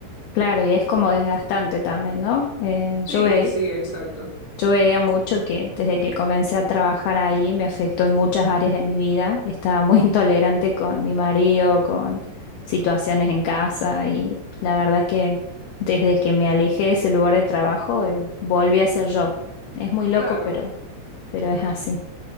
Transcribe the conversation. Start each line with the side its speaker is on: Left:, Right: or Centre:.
Left: Claro, y es como desgastante también, ¿no? Eh, yo
Centre: Sí,
Left: ve-
Centre: sí, exacto.
Left: Yo veía mucho que desde que comencé a trabajar ahí me afectó en muchas áreas de mi vida. Estaba muy <laughs> intolerante con mi marido, con situaciones en casa y la verdad que desde que me alejé de ese lugar de trabajo eh, volví a ser yo. Es muy loco,
Centre: Claro.
Left: pero, pero es así.